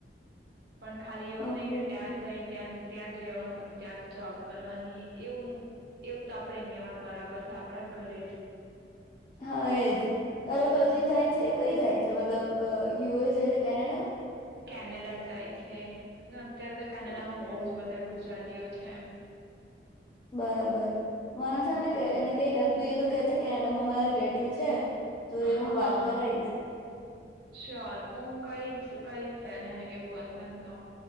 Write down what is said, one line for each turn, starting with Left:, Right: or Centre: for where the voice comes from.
Right: પણ ખાલી એવું
Left: ઓકે
Right: નઈ કે ત્યાં જઈન ત્યાં જ ત્યાં જ રહેવાનું પછી ત્યાં જ જોબ કરવાની એવું, એવું તો આપણે ઈન્ડિયામાં જ બરાબર છે, આપડા ઘરે જ
Left: હા, એજ તારો કઝિન
Right: હમ
Left: જાય છે કઈ જાય મતલબ અ યુએસ છે, કેનેડા
Right: કેનેડા જાય છે અત્યારે તો કેનાડામાં
Left: ઓકે
Right: બહુ જ બધા ગુજરાતી તીયો છે
Left: બરાબર મને
Right: હા
Left: છે ને એને કઈ હેલ્પ જોઈએ તો કે જે છે કેનાડામા મારા રિલેટીવવ છે તો એ
Right: હા
Left: હું વાત કરાઈશ
Right: શ્યોર હું કઈશ કઈશ એને એવું અસેન તો